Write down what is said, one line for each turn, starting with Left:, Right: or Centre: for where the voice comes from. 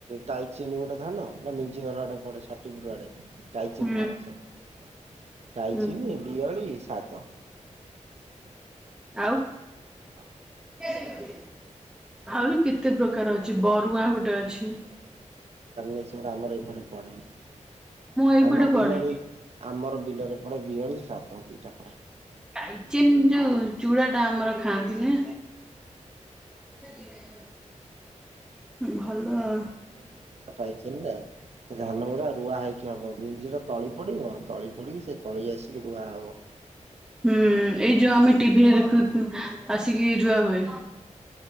Right: ଟାଇଚିନି ଗୋଟେ ଧାନ ସେଟା ନିଜ ଘରଆଡେ ପଡେ ଷଠୀପୁର ଆଡେ ଟାଇଚିନି
Centre: ହୁଁ
Right: ଧାନ ସେ <inaudible> ଟାଇଚିନି,
Centre: ହୁଁ ହୁଁ
Right: ବିହଳି, ସାଦ।
Centre: ଆଉ।
Right: ହ
Centre: ଆହୁରି କେତେ ପ୍ରକାର ଅଛି ବରୁଆଁ ଗୋଟେ ଅଛି।
Right: ଧବଳେଶ୍ଵର ଆମର ଏପଟେ ପଡେ
Centre: ଏଇପଟେ
Right: ଆମ
Centre: ପଡେ
Right: ବିଲରେ। ଆମର ବିଲରେ ପଡେ ବିହଳି, ଶ୍ରାଦ ଦିଟା ପଡେ।
Centre: ଟାଇଚିନ୍ ଯୋଉ ଚୁଡ଼ାଟା ଆମର ଖାଆନ୍ତି ନା। <inaudible> ଭଲ
Right: ଟାଇଚିନ ଟା ଅଧିକ ପଇସା ଟାଇଚିନ ଟା। ଧାନ ଗୁଡା ରୁଆ ହେଇକି ହବ ମିଞ୍ଜିର ତଳି ପଡିବ ତଳି ପଡିକି ସେ ତଳି ଆସିକି ରୁଆ ହବ।
Centre: ହୁଁ ଏଇ ଯୋଉ ଆମେ ଟିଭିରେ ଦେଖୁ ଉଁ ଆସିକି ରୁଆ ହୁଏ।